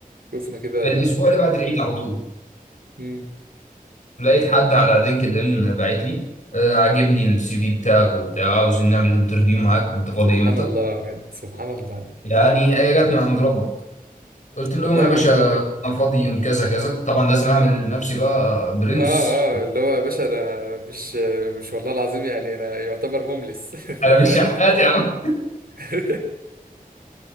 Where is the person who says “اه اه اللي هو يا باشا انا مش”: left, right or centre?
Right